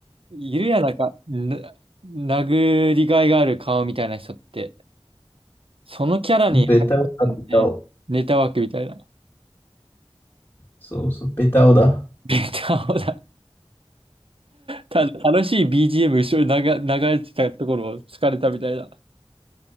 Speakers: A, on the right; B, on the left.
A: いるやん、なんか、な、殴りがいがある顔みたいな人って。そのキャラに入ってるね。
B: ベタオだ、ベタオ。
A: ネタ枠みたいな。
B: そうそう、ベタオだ。
A: ネタをだ。ただ楽しい BGM 後ろに流、流れてたところを疲れたみたいな。